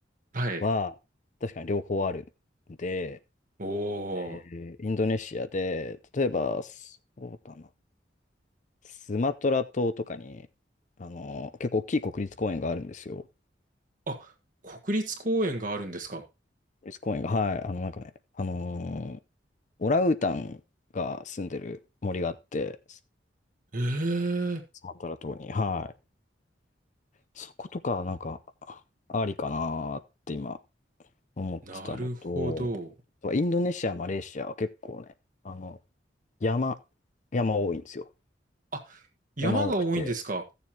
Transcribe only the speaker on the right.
はい。
おー。
あ、国立公園があるんですか
ええ
なるほど。
あ、山が多いんですか